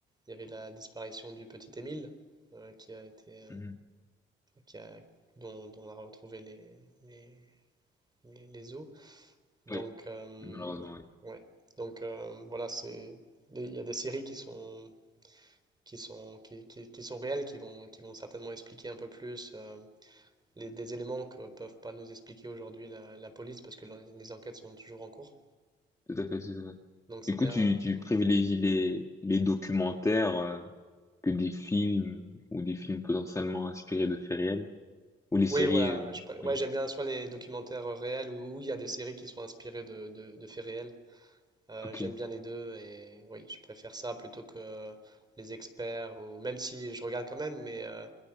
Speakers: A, on the right; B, on the left.
A: Il y avait la disparition du petit Émile, euh, qui a été, euh,
B: Ouais. Mhm.
A: qui a- dont, dont on a retrouvé les, les, les- les os. Donc,
B: Oui,
A: euh,
B: malheureusement, oui.
A: ouais. Donc euh, voilà, c'est, il y a des séries qui sont, qui sont, qui, qui- qui sont réelles, qui vont, qui vont certainement expliquer un peu plus. euh, les, des éléments que peuvent pas nous expliquer aujourd'hui la, la police parce que les les enquêtes sont toujours en cours.
B: Tout à fait, tout à fait.
A: Donc c'est
B: Du
A: bien.
B: coup, tu, tu
A: euh,
B: privilégies les, les documentaires euh, que des films ou des films potentiellement inspirés de faits réels ou les séries.
A: Oui, voilà.
B: euh,
A: je pré- ouais,
B: hmm.
A: j'aime bien soit les documentaires euh, réels ou ou il y a des séries qui sont inspirées de, de- de faits réels. Euh,
B: Ok,
A: j'aime bien les deux et oui, je préfère ça plutôt que les experts ou même si je regarde quand même, mais euh,